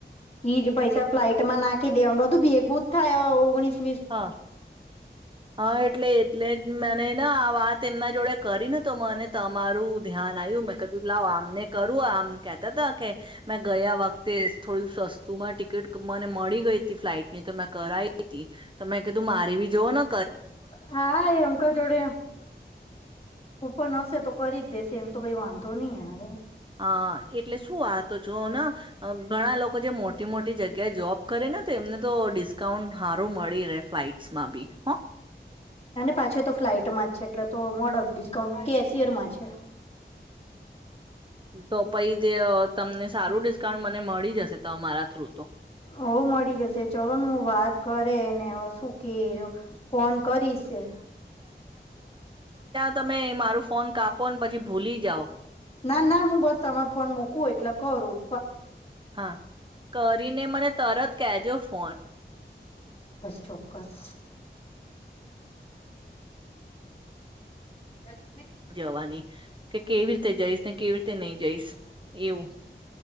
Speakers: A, on the left (about 35°); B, on the right (about 25°).
A: ਈਜ ਪੈਸ ਫਲਾਈਟ‌ ਮਾ ਨਾ ਕੇ ਦੇਓ ਬ <unintelligible>
B: ਹਾਂ ਹਾਂ ਇਟਲੇ ਇਟਲੇ ਮੈਂਣੇ ਨਾ ਆਵਾਤ ਇਹਮਨਾ ਜੋੜੇ ਕਰ ਨਾ ਤਾਂ ਮਨੈ ਤਮਾਰੂ ਧਿਆਨ ਆਊ ਮੈਂ ਕ ਲਓ ਆਮਣੇ ਕਰੂ ਆਮ ਕਹਿਤਾ ਤਾ ਕਿ ਮੈਂ ਗਯਾ ਵਕਤੇ ਥੋੋੜੀ ਸਸਤੂ ਮ ਟਿਕੀਟ ਮਨੇ ਮੜੀ ਗਈ ਤੀ ਫਲਾਈਟ ਮੇ ਤਾਂ ਮੈਂ ਕਰਾਈ ਤੀ। ਤ ਮੈਂ ਕਿ ਤੂੰ ਮਾਰੀ ਵੀ ਜੋਵਓ ਨਾ
A: ਹਾਂ ਇਹ ਅੰਕਲ ਜੋੜੇ ਕੂਪਨ ਹੋਸੀ ਤੋ ਕਰੀ ਦੇਸੀ ਇਹਮ ਤਾਂ ਕਈ ਵਾ ਦੋ ਨੀ ਹਾਵੇ।
B: ਹਾਂ ਇਟਲੇ ਸ਼ੂ ਆ ਤਾਂ ਜੋਓ ਨਾ ਬਣਾ ਲੋਕ ਜ ਮੋਟ ਛੋਟੀ ਮੋਟੀ ਜਗ੍ਹਾ ਜੋਬ। ਕਰੇ ਨਾ ਤੇ ਮਨੇ ਤੋਂ ਡਿਸ ਕਾਂਉਟ ਹਾਰੋ ਮੜੀ ਰਹੇ। ਫਲਾਈਟਸ ਮ ਬੀ ਹਾਂ
A: ਪਾਛੇ ਤੋ ਫਲਾਈਟ ਮ ਛੇਕਲੇ ਤਾਂ ਮੋ ਡੀਸਕਾਊਂਟ ਕੇਸ਼ਅਰ ਮਾ ਛੇ।
B: ਦੋ ਭਈ ਤਮਨੇ ਸਾਰੂ ਡਿਸਕਾਊਂਟ ਮ ਨੀ ਮੜੀ ਜਾਸੇ ਤਾਂ ਮਾਰਾ ਥ੍ਰੂ।
A: ਔ ਮਾੜੀ ਜੈਸੇ ਚਲੋ ਮੂੰ ਬਾਤ ਕਰੇ ਨੀ ਔ ਸੂ ਕੇਰ ਫੋਨ ਕਰੀਸੇ।
B: ਤ ਮੇ ਮਾਰੇ ਫੋਨ ਕਾਪੋਣ ਬਾ ਜੀ ਭੁਲੀ ਹੀ ਜਾਓ।
A: ਨਾ ਨਾ ਮੂੰ ਬੱਸ ਤ ਫੋਨ ਮੁਕੂ ਏਟਲਾ ਕਰੋ।
B: ਹਾਂ, ਕਰੀ ਨੇ ਮਨੈ ਤਰਤ ਕੈਜੋ ਫੋਨ।
A: ਚੌਕਸ। ਗਰਮ ਏ।
B: ਜਵਾਨੀ ਕਿ ਕੇਵੀਰ ਤੇ ਜਾਈਸ ਨੇ ਕੇਵੀਰ ਤੇ ਨਈ ਜਾਈਸ ਇਊ